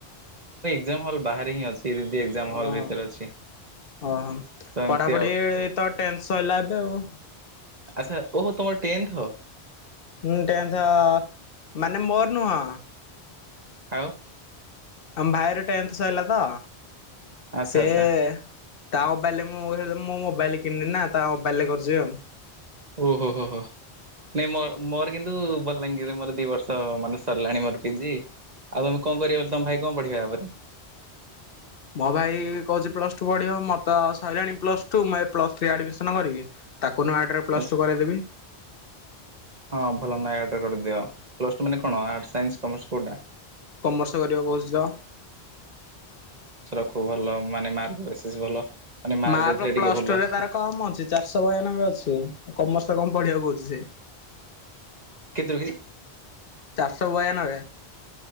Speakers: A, on the right; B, on the left.
A: ଏକଜାମ ହଲ ବାହାରେ ହିଁ ଅଛି। ଦିଦି ଏକ୍ଜାମ ହଲ୍
B: ଓହୋ
A: ଭିତରେ ଅଛି
B: ଓହୋ
A: ତ ଏମିତି
B: ପଢାପଢି
A: ଆଉ
B: ତ ଟେନ୍ଥ ସଇଲା ଏବେ ଆଉ।
A: ଆଚ୍ଛା ଓହ ତମର ଟେନ୍ଥ ହବ?
B: ହଁ ଟେନ୍ଥ ଅ ମାନେ ମୋର ନୁହଁ।
A: ଆଉ?
B: ଆମ ଭାଇର ଟେନ୍ଥ ସଇଲା ତ
A: ଆଚ୍ଛା
B: ସେଏ
A: ଆଚ୍ଛା
B: ତା ମୋବାଇଲ ରେ ମୁଁ ମୁଁ ମୋବାଇଲ କିଣିନି ନା ତା ମୋବାଇଲ ରେ କରୁଚି ଆଉ।
A: ଓହୋ ହୋ ହୋ ନାଇଁ ମୋର ମୋର କିନ୍ତୁ ବଲାଙ୍ଗୀରରେ ମୋର ଦି ବର୍ଷ ମାନେ ସରିଲାଣି ମୋର ପିଜି। ଆଉ ତମେ କଅ କରବ ବୋଲି ତମ ଭାଇ କଅ ପଢିବେ ଆ ପରେ?
B: ମୋ ଭାଇ କହୁଛି ପ୍ଲସ ଟୁ ପଢିବ ମତ ସରିଲାଣି ପ୍ଲସ ଟୁ। ମୁଁ ଏଇ ପ୍ଲସଥ୍ରୀ ଆଡମିସନ କରିବି। କଉନ ଆଟ ରେ ପ୍ଲସ୍
A: ଆଚ୍ଛା
B: ଟୁ କରେଇଦେବି।
A: ହଁ ଭଲ ନୟାଗଡ ରେ କରିଦିଅ। ପ୍ଲସ ଟୁ ମାନେ କଣ ଆଟ ସାଇନ୍ସ କମର୍ସ କୋଉଟା?
B: କମର୍ସ କରିବାକୁ କହୁଛି ତ
A: ହୋଉ ଭଲ ମାନେ ମାର୍କ ବେସିସ୍ ଭଲ। ମାନେ
B: ମାର୍କ
A: ଏଥିରେ
B: ପ୍ଲସ
A: ଟିକେ ଭଲ
B: ଟୁ
A: ଆସୁଛି
B: ରେ ତାର କମ ଅଛି। ଚାରିଶ ବୟାନବେ ଅଛି। କମର୍ସରେ କଅ ପଢିବାକୁ କହୁଛି ସେ?
A: କେତେ ରଖିଚି?
B: ଶଅ ବୟାନବେ